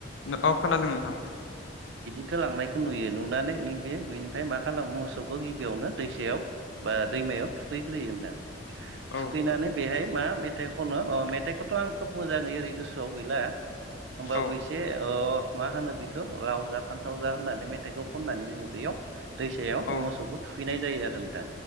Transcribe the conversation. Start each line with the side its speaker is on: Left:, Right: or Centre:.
Left: नंगौ खोनादों नोंथां
Right: खौ लांनायखौ नुयो नुनानै बे बेनिफ्राय मा खालामो मोसौखौ गिबियावनो दैसायाव बा दैमायाव थुखैग्रोयो नोंथां थुखैनानै
Left: औ
Right: बेहाय मा मेथाइ खनो मेथाइखौथ' आं खोब मोजाङै ओरै गोसोआव गैला होमबाबो
Left: औ
Right: एसे ओ मा होनो बेखौ लाव जा फान्थाव जा होननानै मेथाइखौ खननानै जोङो दैयाव दैसायाव
Left: औ
Right: मोसौखौ थुखैनाय जायो आरो नोंथां